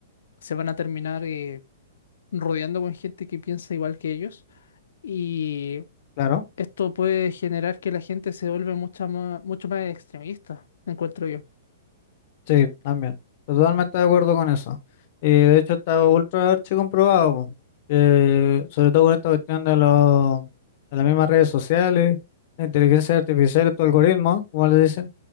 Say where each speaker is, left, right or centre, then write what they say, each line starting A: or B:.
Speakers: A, on the left; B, on the left.
A: se van a terminar eh, rodeando con gente que piensa igual que ellos. Y
B: claro,
A: esto puede generar que la gente se vuelve mucha más, mucho más extremista, encuentro yo.
B: sí, también. Totalmente de acuerdo con eso. Y de hecho está ultra archi comprobado, po, que sobre todo con esta cuestión de, los de las mismas redes sociales, la inteligencia artificial y tu algoritmo, como le dicen